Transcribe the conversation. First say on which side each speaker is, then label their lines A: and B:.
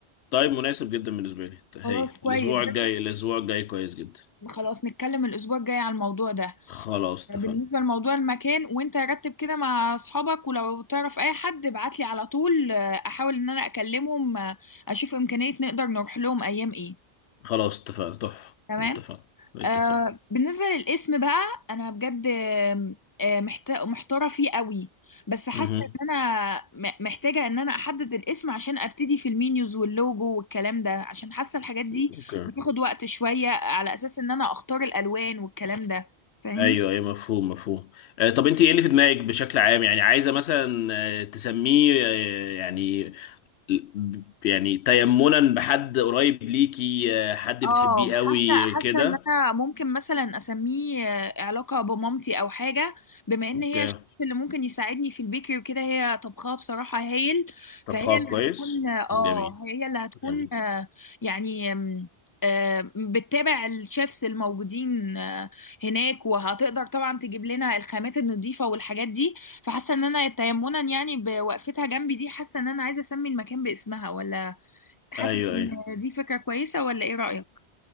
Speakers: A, on the left; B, on the left.
A: طيب مناسب جدا بالنسبة لي هايل
B: خلاص كويس
A: الاسبوع
B: ده
A: الجاي الاسبوع الجاي كويس جدا
B: خلاص نتكلم الاسبوع الجاي على الموضوع ده
A: خلاص اتفقنا
B: آه، بالنسبة لموضوع المكان وانت رتب كده مع اصحابك ولو تعرف اي حد ابعتلي على طول آه، احاول ان انا اكلمهم آه، اشوف امكانية نقدر نروح لهم ايام ايه
A: خلاص اتفقنا تحفة
B: تمام
A: اتفقنا اتفقنا
B: آه بالنسبة للاسم بقى أنا بجد آه محتا- محتارة فيه قوي بس حاسة
A: مهم.
B: إن أنا م- محتاجة إن أنا أحدد الاسم عشان أبتدي في المينيوز واللوجو والكلام ده عشان حاسة الحاجات دي
A: اوكي
B: بتاخد وقت شوية على أساس إن أنا أختار الألوان والكلام ده فاهمني؟
A: ايوه ايوه مفهوم مفهوم آه، طب انت ايه اللي في دماغك بشكل عام يعني عايزه مثلا آه، تسميه آه، يعني ب- يعني تيمنا بحد قريب ليكي آه، حد
B: اه
A: بتحبيه
B: حاسه
A: قوي
B: حاسه
A: كده
B: ان انا ممكن مثلا اسميه آه، علاقه بمامتي او حاجه بما ان
A: اوكي
B: هي الشخص اللي ممكن يساعدني في البيكري وكده هي طبخها بصراحه هايل
A: طب
B: فهي
A: خلاص
B: اللي
A: كويس
B: هتكون اه
A: جميل
B: هي اللي هتكون
A: جميل
B: آه، يعني آم، آه، بتتابع الشيفs الموجودين آه، هناك وهتقدر طبعا تجيب لنا الخامات النظيفه والحاجات دي فحاسه ان انا تيمنا يعني بوقفتها جنبي دي حاسه ان انا عايزه اسمي المكان باسمها ولا حاسه
A: ايوه
B: ان
A: ايوه
B: دي فكره كويسه ولا ايه رايك